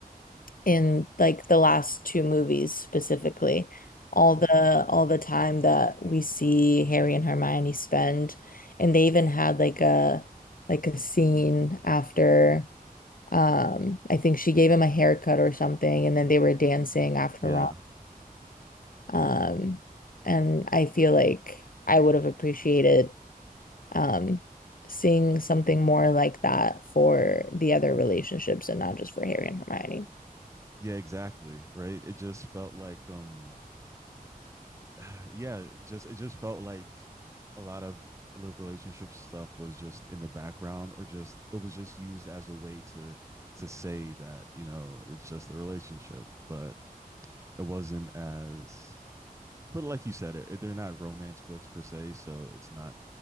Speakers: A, on the left; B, on the right.
A: in like the last two movies specifically, all the all the time that we see Harry and Hermione spend, and they even had like a like a scene after um, I think she gave him a haircut or something, and then they were dancing after
B: Yeah.
A: Ron. Um, and I feel like I would have appreciated um seeing something more like that for the other relationships and not just for Harry and Hermione.
B: Yeah, exactly. Right. It just felt like um <sighs> yeah, just it just felt like a lot of love relationship stuff was just in the background or just it was just used as a way to to say that, you know, it's just a relationship, but it wasn't as but like you said it, they're not romance books per se, so it's not